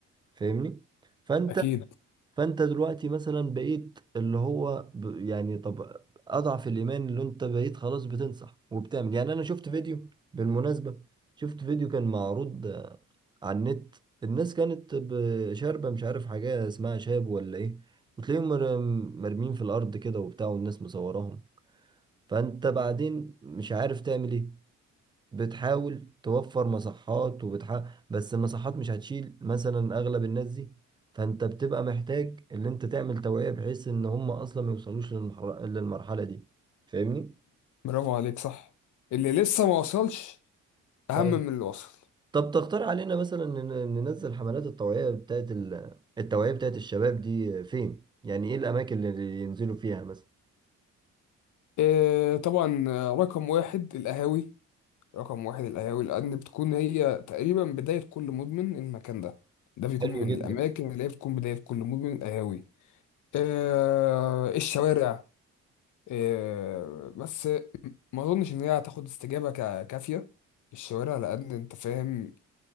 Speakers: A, on the right (about 15°); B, on the left (about 75°).
A: فاهمني فانت
B: أكيد
A: فانت دلوقتي مثلا بقيت اللي هو ب... يعني طب اضعف الايمان اللي انت بقيت خلاص بتنصح وبتعمل يعني انا شفت فيديو بالمناسبة شفت فيديو كان معروض آه، على النت الناس كانت ب- شاربة مش عارف حاجة اسمها شاب ولا ايه وتلاقيهم مر- مرميين في الارض كده وبتاع والناس مصوراهم فانت بعدين مش عارف تعمل ايه بتحاول توفر مصحات وبتحاول بس المصحات مش هتشيل مثلا اغلب الناس دي فانت بتبقى محتاج ان انت تعمل توعية بحيث ان هم اصلا ما يوصلوش للمحر- للمرحلة دي فاهمني
B: برافو عليك صح اللي لسه ما وصلش أهم
A: ف-
B: من اللي وصل
A: طب تقترح علينا مثلا ن- ننزل حملات التوعية بتاعت ال- التوعية بتاعت الشباب دي فين يعني ايه الاماكن اللي ينزلوا فيها مثلا
B: إيه، طبعا رقم واحد القهاوي رقم واحد القهاوي لأن بتكون هي تقريبا بداية كل مدمن المكان ده ده بيكون
A: حلو
B: من
A: جدا
B: الأماكن اللي هي بتكون بداية كل مدمن القهاوي آه الشوارع آه بس ما أظنش إن هي هتاخد استجابة كا- كافية الشوارع لأن أنت فاهم